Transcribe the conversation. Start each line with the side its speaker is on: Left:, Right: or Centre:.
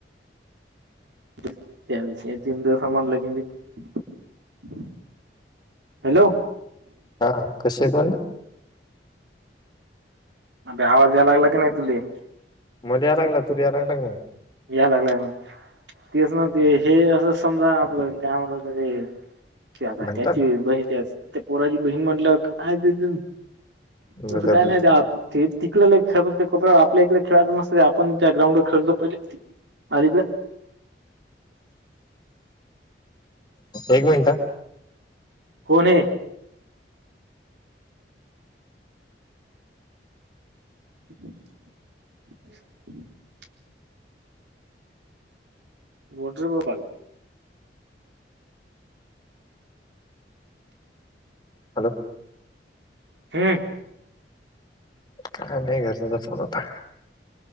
Right: <unintelligible> हॅलो
Left: हा कशी आहेत म्हटलं?
Right: अबे आवाज या लागला की नाही तुले.
Left: मले या लागला तुले या लागणार का मग
Right: या लागलाय मग तीच न ते हे असं समजा आपलं काय म्हणतात त्याले? ते आता
Left: म्हणतात
Right: बही त्या ते पोराची बहीण म्हटलं काय तिथ
Left: मतलब
Right: तसं काय नाही ते आप ती तिकड लय खेळत ते कोप्यावर आपल्या इकडे खेळायचं मस्त ते आपण त्या ग्राउंडवर खेळत जाऊ पहिले अलीकडे
Left: एक मिनट अ.
Right: कोणे <inaudible> बोल रे बबन.
Left: हॅलो
Right: हम्म
Left: काय नाही घरचा तर फोन होता